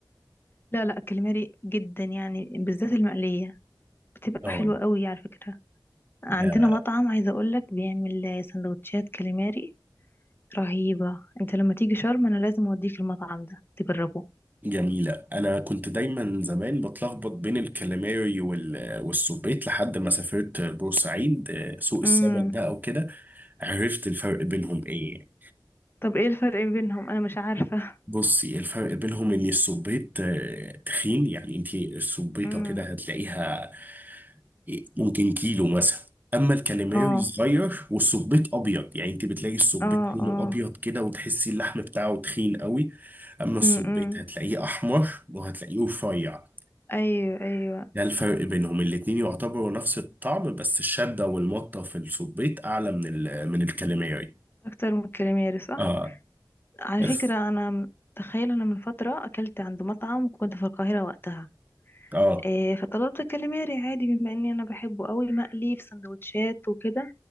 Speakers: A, on the left; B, on the right.
A: لا لا كاليماري جدا يعني بالذات المقليه بتبقى
B: اه
A: حلوه قوي على فكره عندنا
B: ده
A: مطعم عايزه اقول لك بيعمل سندوتشات كاليماري رهيبه انت لما تيجي شرم انا لازم اوديك المطعم ده تجربه
B: جميلة أنا كنت دايما زمان بتلخبط بين الكاليماري وال... والسبيط لحد ما سافرت بورسعيد آه، سوق السمك
A: مم.
B: ده أو كده عرفت الفرق بينهم إيه يعني؟
A: طب ايه الفرق بينهم انا مش عارفة
B: بصي الفرق بينهم ان السبيط آه، تخين يعني انت السبيطه
A: امم
B: كده هتلاقيها آه، ممكن كيلو مثلا اما الكاليماري
A: اه
B: صغير والسبيط ابيض يعني انت بتلاقي السبيط
A: اه
B: لونه
A: اه
B: ابيض كده وتحسي اللحم بتاعه تخين قوي اما السبيط
A: امم
B: هتلاقيه احمر وهتلاقيه رفيع
A: ايوه ايوه
B: ده الفرق بينهم الاتنين يعتبروا نفس الطعم بس الشده والمطه في السبيط اعلى من ال- من الكاليماري
A: اكتر من الكاليماري صح
B: اه
A: على
B: بس
A: فكرة انا تخيل انا من فترة اكلت عند مطعم كنت في القاهرة وقتها
B: اه
A: إيه فطلبت الكاليماري عادي بما اني انا بحبه قوي مقلي في سندوتشات وكده